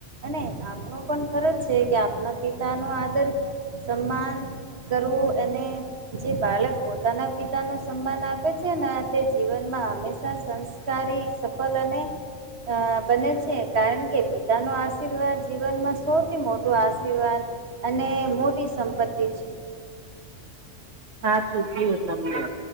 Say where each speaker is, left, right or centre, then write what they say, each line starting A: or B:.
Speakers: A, on the right; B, on the right.
A: અને આપણો પણ ખરજ છે કે આપના પિતા નો આદર સન્માન કરવું એને જે બાળક પોતાના પિતા ન સન્માન આપે છે ને તે જીવનમાં હંમેશા સંસ કારી સફલ અને અ બને છે કારણ કે પિતા ન આશીર્વાદ જીવનમાં સૌથી મોટો આશીર્વાદ અને મોટી સંપત્તિ છે
B: સાચું કું તમને